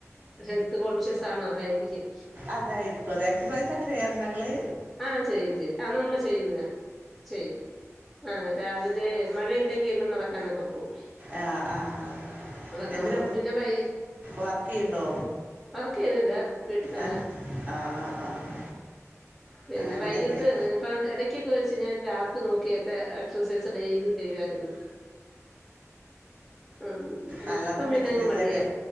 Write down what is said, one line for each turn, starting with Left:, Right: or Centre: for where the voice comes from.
Centre: ഹെൽത്ത് കോൺഷ്യസ് ആണ് അതായിരിക്കും.
Right: അതായിരിക്കും അ എക്സർസൈസ് ഒക്കെ ചെയ്യാറുണ്ടോ ഇങ്ങള്
Centre: ആഹ് ചെയ്യും ചെയ്യും ആ നമ്മള് ചെയ്യുന്ന ചെയ്യും ആ രാവിലെ മഴയില്ലെങ്കിൽ എന്നും നടക്കാനൊക്കെ പോകും
Right: ആഹ് ആഹ് ആഹ്
Centre: നടക്കാൻ
Right: എന്തിന
Centre: പോകും പിന്നെ വൈ
Right: വർക്ക് ചെയ്യണ്ടോ
Centre: വർക്ക് ചെയ്യുന്നില്ല വീട്ടിൽ തന്നെ
Right: ആഹ് ആഹ് ആഹ് ആഹ് ആഹ്
Centre: പിന്നെ
Right: അങ്ങനെയൊക്കെല്ലേ
Centre: വൈകിട്ട് ഇപ്പം എട ടക്കൊക്കെ വെച്ച് ഞാൻ ലാപ്പ് നോക്കിയൊക്കെ എക്സസൈസ് ഡെയിലി ചെയ്യുമായിരുന്നു. ആ
Right: നല്ലതാണ്
Centre: ഇപ്പം പിന്നെങ്ങ്
Right: എക്സസൈസൊക്കെ
Centre: മടിയായി